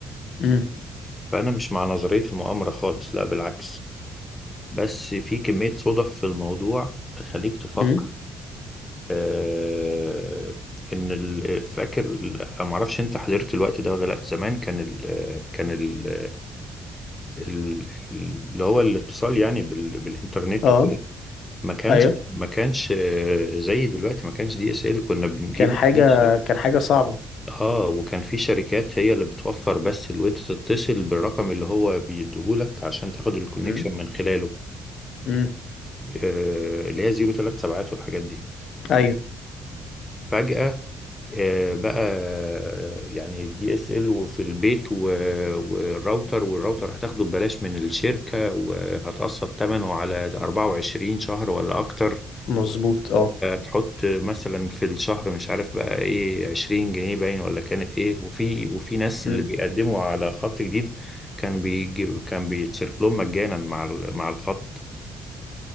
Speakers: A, on the left (about 70°); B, on the left (about 15°).
A: امم
B: فأنا مش مع نظرية المؤامرة خالص لا بالعكس بس في كمية صدف في الموضوع تخليك تفكر
A: امم
B: آه إن ال- فاكر ال- معرفش أنت حضرت الوقت ده ولا لأ زمان كان ال كان ال ال- اللي هو الاتصال يعني بال بالإنترنت
A: اه
B: وكده ما كانش
A: ايوه
B: ما كانش آه، زي دلوقتي ما كانش دي اس ال كنا بنجيبه
A: كان حاجة
B: في شركة.
A: كان حاجة صعبة
B: اه وكان في شركات هي اللي بتوفر بس اللي انت تتصل بالرقم اللي هو بيديهولك عشان تاخد الكونكشن
A: امم
B: من خلاله
A: امم
B: آه اللي هي 037 والحاجات دي
A: ايوه
B: فجأة آه بقى آه، يعني دي اس ال وفي البيت و- والراوتر والراوتر هتاخده ببلاش من الشركة وهتقسط ثمنه على 24 شهر ولا اكتر
A: مظبوط اه
B: تحط مثلا في الشهر مش عارف بقى ايه عشرين جنيه باين ولا كانت ايه وفي وفي ناس
A: مم.
B: اللي بيقدموا على خط جديد كان بيجي كان بيتصرف لهم مجانا مع ال- مع الخط